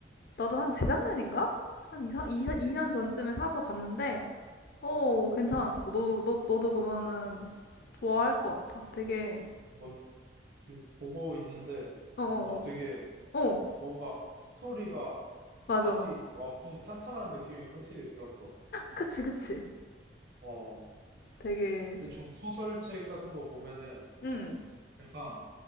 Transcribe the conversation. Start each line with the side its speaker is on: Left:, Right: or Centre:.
Left: 나도 한 재작년인가? 한 2, 2, 이이
Right: 응.
Left: 년 전쯤에 사서 봤는데, 어, 괜찮았어. 너, 너, 너도 보면은 좋아할 것 같아. 되게,
Right: 뭐, 지금 보고 있는데,
Left: 어, 어,
Right: 어, 되게,
Left: 어,
Right: 뭔가 스토리가
Left: 맞아.
Right: 앞이 엄청 탄탄한 느낌이 확실히 들었어.
Left: 그치, 그치.
Right: 어,
Left: 되게,
Right: 대충 소설책 같은 거 보면은
Left: 음,
Right: 약간